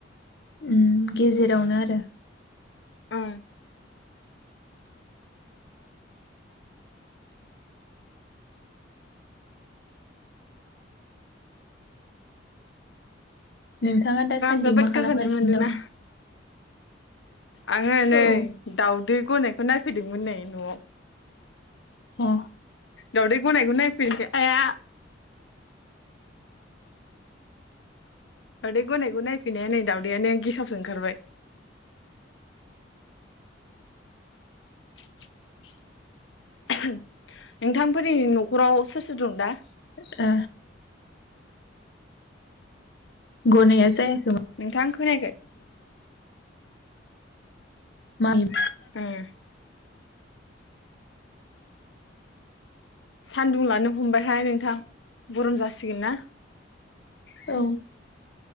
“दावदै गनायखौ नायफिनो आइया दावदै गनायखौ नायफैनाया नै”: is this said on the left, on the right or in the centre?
Left